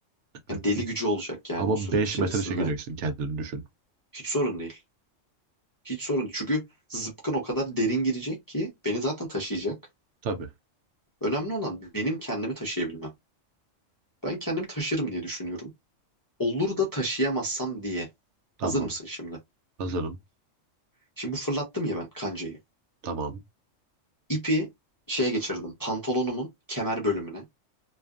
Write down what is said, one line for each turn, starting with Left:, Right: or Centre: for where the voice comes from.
Right: <laughs>
Left: Yani deli gücü olacak yani
Right: Ama
Left: o süreç
Right: 5
Left: içerisinde.
Right: metre çekeceksin kendini düşün.
Left: Hiç sorun değil. Hiç sorun değil. Çünkü zıpkın o kadar derin girecek ki beni zaten taşıyacak.
Right: Tabii.
Left: Önemli olan benim kendimi taşıyabilmem. Ben kendimi taşırım diye düşünüyorum. Olur da taşıyamazsam diye. Hazır
Right: Tamam.
Left: mısın şimdi?
Right: Hazırım.
Left: Şimdi bu fırlattım ya ben kancayı.
Right: Tamam.
Left: İpi şeye geçirdim. Pantolonumun kemer bölümüne.